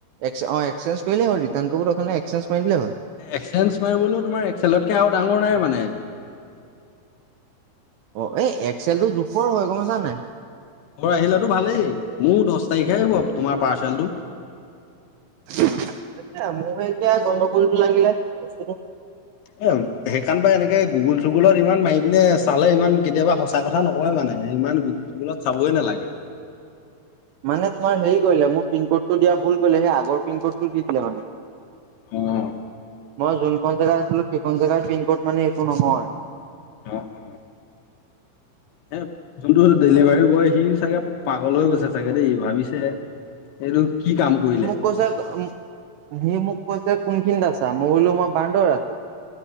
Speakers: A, on the right; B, on the left.
A: এক অ' এক্সেঞ্জ কৰিলে হ'ল ৰিটাৰ্ণ কৰিব দৰকাৰ নাই এক্সেঞ্জ মাৰি দিলে হ'ল।
B: এক্সেঞ্জ মাৰিবলৈও তোমাৰ এক্সেলতকে আৰু ডাঙৰ নাই মানে।
A: অ' এই এক্সেলটো জোখৰ হৈ গম নাই।
B: ঘৰ আহিলেতো ভালেই, মোৰ দহ তাৰিখে আহিব তোমাৰ পাৰ্চেলটো।
A: <unintelligible> মোৰ হে এতিয়া গন্ধগোলটো লাগিলে বস্তুটো।
B: এ, সেইকাৰাণ বা এনেকে গুগুল চুগুলত ইমান মাৰি পিনে চালে ইমান কেতিয়াবা সঁচা কথ কথা নকয় মানে ইমান গুগুল টুগুলত চাবই নালাগে।
A: মানে তোমাৰ হেৰি কৰিলে মোৰ পিন ক'ডটো দিয়া ভুল কৰিলে সেই আগৰ পিনক'ডটো দি দিলে মানে।
B: অ'।
A: মই যোনখন জেগাত আছিলোঁ সেইখন জেগাৰ পিন ক'ড মানে একো নহয়।
B: অ', অ'। <unintelligible> জোনটো ডেলিভাৰী বয় সি চাগে পাগল হৈ গৈছে চাগে দেই ভাবিছে এইটো কি কাম কৰিলে।
A: <unintelligible> সি মোক কৈছে কোনখিনিত আছা মই বোলো মই বান্দৰ আছোঁ।